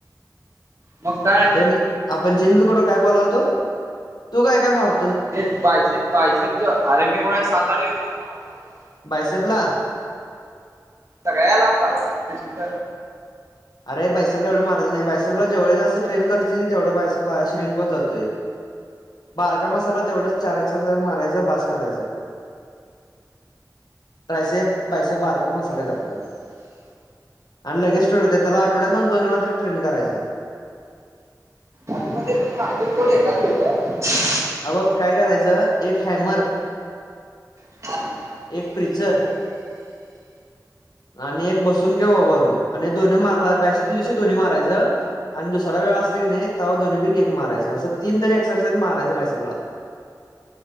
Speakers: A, on the right; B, on the left.
A: मग काय आणि
B: ते आपण जिमच कुठं काय बोलालतो, तु काय काय मार
A: तेच बायसे बायसेब अरे मी कोणा सात आठ मारतो
B: बायसेपला.
A: सगळ्यालाच बायसेब दिसत.
B: अरे बायसेबला एवढं मारायच नाही, बायसेबला जेवढे जास्त ट्रेन करचील, तेवढं बायसेब श्रींक होतं जातोय. बारका मसाला तेवढंच, चार एक्सरसाइज मारायच बास करायचं. ट्रायसेब बायसेब बारक मसल आहेत आपलं, आणि लगेच स्टेत होत्यात. त्याला आठड्यातन दोन वेळा तर ट्रेन करायचं.
A: आधी मधी पण मारतोय सोड एखादं दुसरं.
B: अ बघ काय करायचं, एक हॅमर.
A: <unintelligible>
B: एक प्रिचर. आणि एक बसून किंवा उभारून, आणि दोन्ही मारला बायसेब दिवशी दोन्ही मारायचं. आणि दुसरा वेळ असतो कणी तेव्हा दोन्हीपैकी एक मारायचं, असं तीन तरी एक्सरसाईज मारायचं बायसेपला.